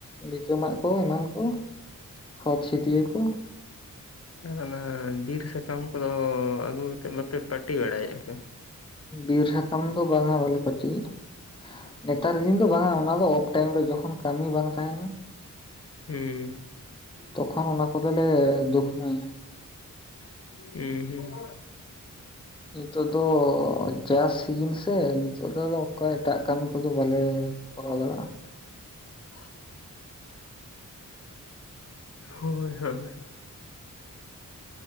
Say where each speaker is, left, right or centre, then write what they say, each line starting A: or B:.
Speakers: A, on the left; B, on the left.
A: ᱱᱤᱛᱟᱹᱚᱢᱟᱜ ᱠᱚ ᱮᱢᱟᱱ ᱠᱚ ᱠᱷᱚᱛ ᱪᱷᱤᱴᱤᱭᱟᱹ ᱠᱚ
B: ᱟᱨ ᱚᱱᱟ ᱵᱤᱨ ᱥᱟᱠᱟᱢ ᱠᱚᱫᱚ ᱟᱹᱜᱩ ᱠᱟᱛᱮᱫ ᱵᱟᱯᱮ ᱯᱟᱹᱴᱤ ᱵᱟᱲᱟᱭᱮᱫᱼᱟ ᱯᱮ
A: ᱵᱤᱨ ᱥᱟᱠᱟᱢ ᱫᱚ ᱵᱟᱝᱼᱟ ᱵᱟᱞᱮ ᱯᱟᱴᱤᱭᱮᱜᱼᱟ ᱱᱮᱛᱟᱨ ᱫᱤᱱ ᱫᱚ ᱵᱟᱝᱼᱟ ᱚᱱᱟ ᱫᱚ ᱚᱯᱷ ᱴᱟᱭᱤᱢ ᱨᱮ ᱡᱚᱠᱷᱚᱱ ᱠᱟᱹᱢᱤ ᱵᱟᱝ ᱛᱟᱦᱮᱸᱱᱟ
B: ᱦᱩᱸ
A: ᱛᱚᱠᱷᱚᱱ ᱚᱱᱟ ᱠᱚᱫᱚᱞᱮ ᱫᱩᱠᱷᱢᱟᱹᱭᱟ
B: ᱦᱮᱸ ᱦᱮᱸ
A: ᱱᱤᱛᱚᱜ ᱫᱚ ᱚ ᱪᱟᱥ ᱥᱤᱡᱤᱱ ᱥᱮ ᱱᱤᱛᱚᱜ ᱫᱚ ᱟᱫᱚ ᱮᱴᱟᱜ ᱠᱟᱹᱢᱤ ᱠᱚᱫᱚ ᱵᱟᱞᱮ ᱠᱚᱨᱟᱣ ᱫᱟᱲᱮᱭᱟᱜᱼᱟ
B: <unintelligible> ᱦᱳᱭ ᱦᱳᱭ